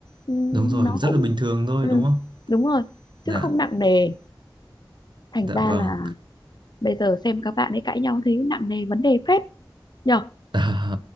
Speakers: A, on the left (about 60°); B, on the right (about 65°).
A: Ừm,
B: đúng rồi
A: nó
B: rất
A: cũng
B: là bình thường thôi
A: ừ,
B: đúng không
A: đúng rồi
B: dạ
A: chứ không nặng nề thành
B: dạ
A: ra
B: vâng
A: là bây giờ xem các bạn ấy cãi nhau thấy nặng nề vấn đề phết nhở
B: À,